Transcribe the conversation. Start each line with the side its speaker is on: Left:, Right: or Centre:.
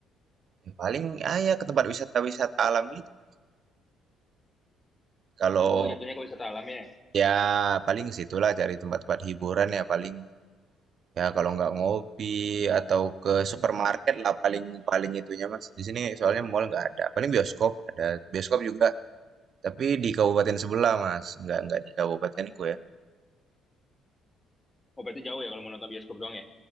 Right: Yang paling ah ya ke tempat wisata-wisata alam gitu, Mas. Kalau
Left: Oh, jatuhnya ke wisata alam ya.
Right: Ya, paling situlah cari tempat-tempat hiburan ya paling. Ya kalau nggak ngopi atau ke supermarket lah paling paling itunya Mas. Di sini soalnya mall nggak ada. Paling bioskop ada bioskop juga, tapi di kabupaten sebelah Mas. Nggak nggak di kabupatenku ya.
Left: Oh, berarti jauh ya kalau mau nonton bioskop doang ya?